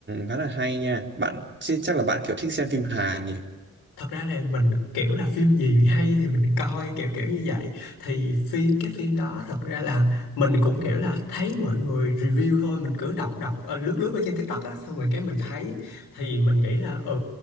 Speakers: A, on the right (about 30°); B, on the left (about 85°).
A: khá là hay nha. Bạn chứ chắc là bạn kiểu thích xem phim Hàn nhỉ?
B: thật ra là mình kiểu là phim gì hay thì mình coi kiểu kiểu như vậy thì phim cái phim đó thật ra là mình cũng kiểu là thấy mọi người review thôi mình cứ đọc đọc ờ, lướt lướt ở trên TikTok á xong rồi cái mình thấy thì mình nghĩ là ừ